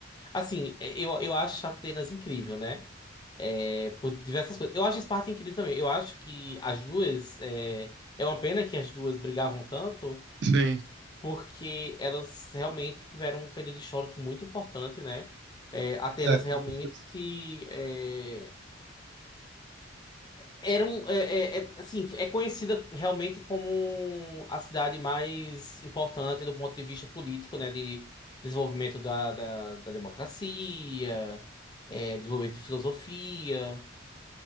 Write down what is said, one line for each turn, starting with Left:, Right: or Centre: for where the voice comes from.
Left: Assim, é, eu, eu acho Atenas incrível, né? É, por diversas coisas. Eu acho Esparta incrível também. Eu acho que as duas. É, é uma pena que as duas brigavam tanto,
Right: Sim.
Left: porque elas realmente tiveram um período histórico muito importante, né? É, Atenas
Right: É, com
Left: realmente.
Right: certeza.
Left: é, era um, é, é- é- assim, é conhecida realmente como a cidade mais importante do ponto de vista político, né, de desenvolvimento da, da, da democracia, é, desenvolvimento de filosofia,